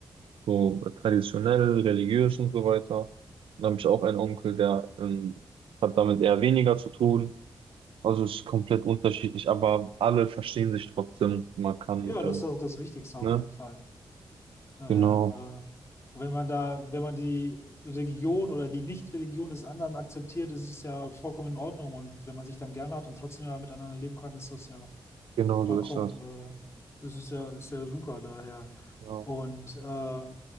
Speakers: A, on the right (about 85°); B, on the left (about 30°).
A: so traditionell, religiös und so weiter. Dann habe ich auch einen Onkel, der ähm, hat damit eher weniger zu tun. Also es ist komplett unterschiedlich, aber alle verstehen sich trotzdem. Man kann,
B: Ja,
A: ähm,
B: das ist auch das Wichtigste auf
A: ne?
B: jeden Fall. Daher,
A: Genau,
B: äh, wenn man da, wenn man die Religion oder die Nicht-Religion des anderen akzeptiert, ist es ja vollkommen in Ordnung. Und wenn man sich dann gerne hat und trotzdem ja miteinander leben kann, ist das ja
A: genau
B: vollkommen,
A: so ist das.
B: äh, das ist ja, ist ja super daher.
A: Genau.
B: Und äh,